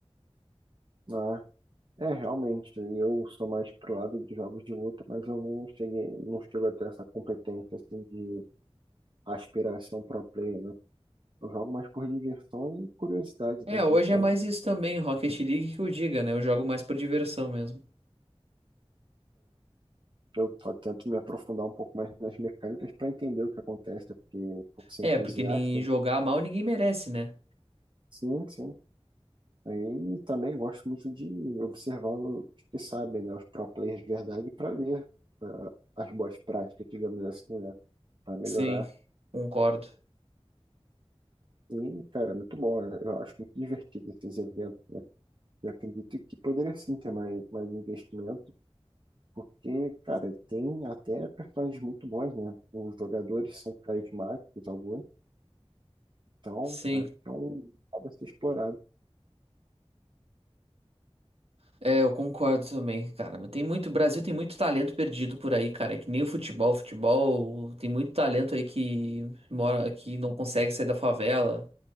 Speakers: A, on the right; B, on the right.
A: ah. É, realmente, eu sou mais pro lado de jogos de luta, mas eu não cheguei, não chego a ter essa competência assim de aspiração pro player, né? Eu jogo mais por diversão e curiosidade
B: É,
A: das
B: hoje
A: mecânicas
B: é mais isso também, Rocket League que eu diga, né? Eu jogo mais por diversão mesmo.
A: eu só tento me aprofundar um pouco mais nas mecânicas para entender o que acontece, porque por ser
B: É,
A: entusiasta,
B: porque nem jogar mal ninguém merece, né?
A: sim, sim. Aí também gosto muito de observar os que sabem, né, os pro players de verdade, para ver ah, as boas práticas, digamos assim, né, para melhorar.
B: Sim, concordo.
A: E, cara, é muito bom, eu eu acho muito divertido esses eventos. E acredito que poderia sim ter mais, mais investimento, porque, cara, tem até personagens muito bons, né? Os jogadores são carismáticos, alguns Então,
B: Sim.
A: acho que é um lado a ser explorado.
B: É, eu concordo também, cara. Mas Tem muito, o Brasil tem muito talento perdido por aí, cara. É que nem o futebol, futebol, tem muito talento aí que mora, que não consegue sair da favela,